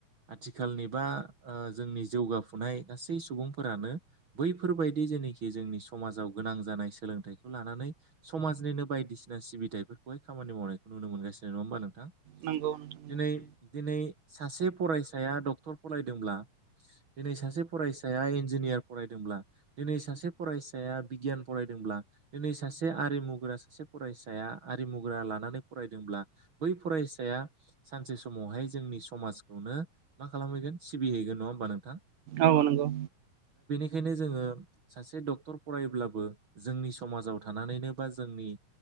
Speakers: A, on the right; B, on the right.
A: आथिखालनि बा ओ जोंनि जगफुनाय गासै सुबुंफोरानो बैफोरबायायदि जेनेखि जोंनि समाजाव गोनां जानाय सोलोंथाइखौ लानानै समाजनिनो बायदिसिना सिबिथायफोरखौहाय खामानि मावनायखौ नुनो मोनगासिनो नङा होनबा नोंथां
B: नंगौ नोंथां नंगौ
A: दिनै दिनै सासे फरायसाया ड फरायदोंब्ला दिनै सासे फरायसाया इन्जिनियार फरायदोंब्ला दिनै सासे फरायस बिगियान फरायदोंब्ला दिनै सासे आरिमुग्रा सासे फरायसाया आरिमुग्रा लानानै फराय फरायदोंब्ला बै फरायसाया सानसे समावहाय जोंनि समाजखौनो मा खालामैगोन सिबि हैगोन नङा होमबा नोंथां
B: ओ नंगौ
A: बेखायनो जोङो सासे डक्टर फरायायोब्लाबो जोंनि समाजाव थानानैनो बा जोंनि